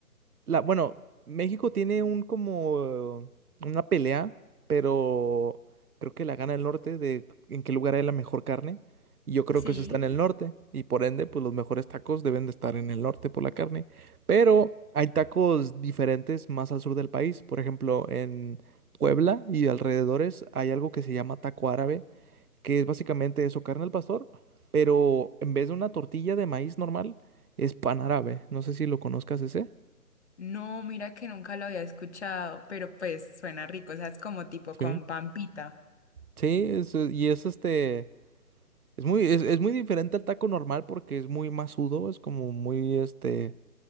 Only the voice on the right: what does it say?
La, bueno, México tiene un como eh, una pelea, pero creo que la gana el norte de en qué lugar hay la mejor carne. Y yo creo
que eso está en el norte. Y por ende, pues los mejores tacos deben de estar en el norte por la carne. Pero hay tacos diferentes más al sur del país. Por ejemplo, en Puebla y alrededores hay algo que se llama taco árabe, que es básicamente eso, carne al pastor, pero en vez de una tortilla de maíz normal, es pan árabe. No sé si lo conozcas ese.
Sí.
Sí, es, eh, y es este, es muy, es, es muy diferente al taco normal porque es muy masudo, es como muy, este,